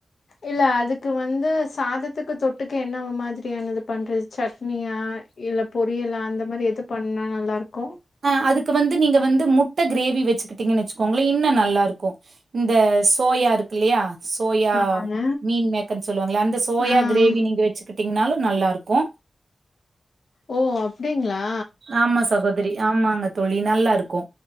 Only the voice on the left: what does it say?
இல்ல அதுக்கு வந்து சாதத்துக்கு தொட்டுக்க என்ன மாதிரியானது பண்றது சட்னியா இல்ல பொரியல அந்த மாரி எது பண்ணா நல்லாருக்கு
ஆமாங்க.
ஆ.
ஓ அப்டிங்ளா